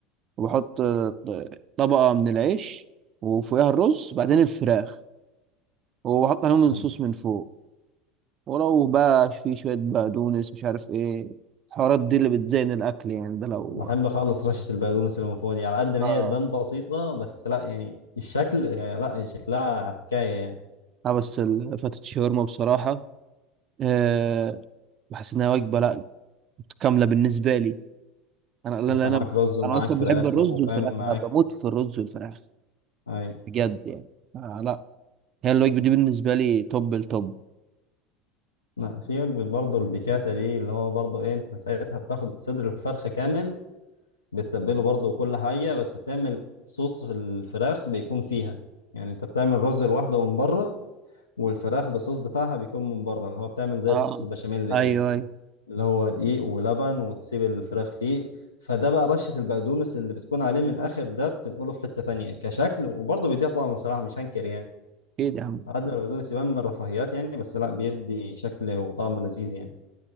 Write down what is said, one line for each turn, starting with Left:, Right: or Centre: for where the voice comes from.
Right: وبحط آه، طبقة من العيش وفوقها الرز بعدين الفراخ وبحط عليهم الصوص
Left: يعني
Right: من فوق ولو بقى في شوية بقدونس مش عارف ايه الحوارات دي اللي بتزين الأكل يعني ده لو
Left: بحب اخلص رشة البقدونس اللي من فوق دي على قد ما
Right: اه
Left: هي تبان بسيطة بس لا يعني الشكل يعني لا شكلها حكاية يعني
Right: اه بس ال- فتة الشاورما بصراحة أه بحس إنها وجبة لأ متكاملة بالنسبة لي أنا لأن
Left: انت
Right: أنا
Left: معاك رز ومعاك
Right: أنا أصلا
Left: فراخ
Right: بحب الرز
Left: وفاهم
Right: والفراخ
Left: معاك
Right: أنا بموت في الرز والفراخ
Left: اي
Right: بجد يعني آه لأ هي الوجبة دي بالنسبة لي توب التوب
Left: لا في وجبة برضه البيكاتا دي اللي هو برضه ايه انت ساعتها بتاخد صدر الفرخة كامل بتتبله برضه وكل حاجة بس بتعمل صوص في الفراخ بيكون فيها يعني انت بتعمل رز لوحده من بره والفراخ بالصوص بتاعها بيكون من بره اللي هو بتعمل زي
Right: اه
Left: صوص البشاميل
Right: أيوه
Left: كده
Right: أيوه
Left: اللي هو دقيق ولبن وتسيب الفراخ فيه فده بقى رشة البقدونس اللي بتكون عليه من الآخر ده بتنقله في حتة تانية كشكل وبرضه بيديها طعم بصراحة مش هنكر يعني
Right: أكيد يا عم
Left: على قد ما البقدونس يبان من الرفاهيات يعني بس لا بيدي شكل وطعم لذيذ يعني